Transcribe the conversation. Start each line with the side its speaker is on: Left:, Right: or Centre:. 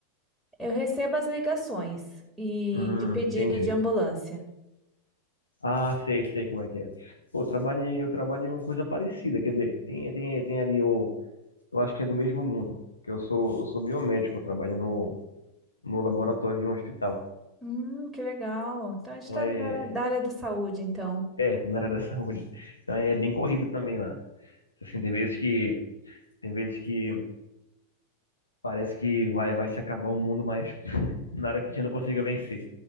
Centre: Eu recebo as ligações e
Left: Hum,
Centre: de pedido
Left: entendi.
Centre: de ambulância.
Left: Ah, sei, sei como é que é. Pô, eu trabalho, em- eu trabalho em uma coisa parecida, quer dizer, tem, tem, tem ali, o, eu acho que é do mesmo mundo, que eu sou, eu sou biomédico, eu trabalho no, no laboratório de um hospital.
Centre: Hum, que legal. Então a gente
Left: Então
Centre: está
Left: é,
Centre: da área da área da saúde, então.
Left: É, na área da saúde. Então é bem corrido também lá. Assim, tem vezes que tem vezes que parece que vai vai se acabar o mundo, mas <laughs> nada que a gente não consiga vencer.